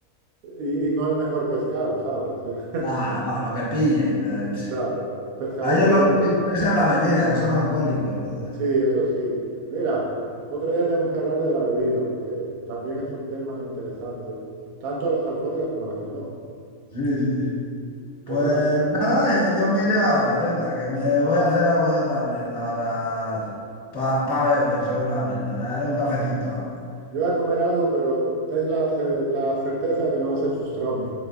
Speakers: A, on the right; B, on the left.
A: Y, y no el mejor pescado, ¿sabes? <laughs>
B: No, no, lo que pillen. eh.
A: Claro, pescadito
B: A ellos lo
A: ese.
B: que les interesa es la bebida, que son alcohólicos, joder.
A: Sí, eso sí. Mira, otro día tenemos que hablar de la bebida, porque también es un tema interesante, tanto las alcohólicas como las que no.
B: Sí, sí. Pues
A: Pero bueno,
B: nada, eh, yo me iré ahora, venga, que me voy a hacer algo yo también ahora para beber, seguramente. Me haré un cafecito o algo.
A: yo voy a comer algo, pero ten la, ce- la certeza de que no va a ser sustromi.